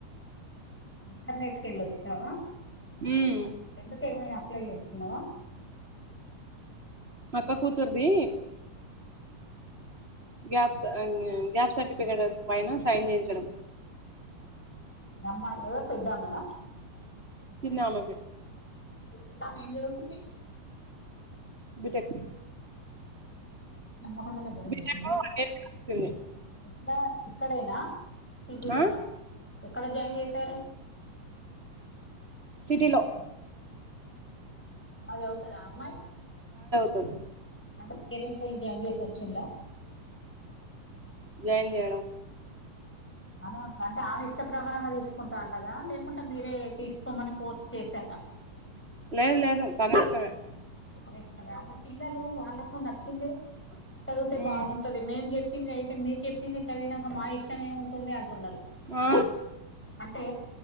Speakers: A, in the centre; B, on the right.
A: ఇంటర్నెట్ కెళ్ళి అచ్చినవ
B: ఉమ్
A: ఎందుకు ఏమైన అప్లై చేస్తున్నర
B: అక్క కూతుర్దీ గ్యాప్ స గ్యాప్ సర్టిఫికేట్ పైన సైన్ చేయించడం
A: అమ్మ ఎవరు పెద్దామెన
B: చిన్నామెకే
A: మీ చిన్నామె ఏం చదువుతుంది
B: బీటెక్
A: హన్మకొండ లో జాబ్
B: బీటెక్
A: చేస్తుంద
B: వన్ ఇయర్ వచ్చింది
A: ఇక్కడ ఇక్కడేన సిటీ లోన
B: ఆ
A: ఎక్కడ జాయిన్ చేసారు
B: సిటి లో
A: బాగ చదువుతద ఆ అమ్మాయి
B: సరే
A: అంటే పేరెంట్స్ ఏళ్లి జాయిన్ చేసి వచ్చిలా
B: జాయిన్ చేయడం
A: మన అంటే ఆమె ఇష్ట ప్రకారంగా తీసుకుంటా అన్నదా లేకుంటే మీరే తీసుకోమని ఫోర్స్ చేసారా
B: లేదు లేదు తనిష్టమే
A: అదె పిల్లలు వాళ్ళలకు నచ్చిందే చదివితే
B: ఉమ్
A: బాగుంటది మేం చెప్ చెప్పింది అయితే మీరు చెప్పింది చదివినాక మా ఇష్టం ఏముంటుంది అంటున్నారు
B: ఆ
A: అంటే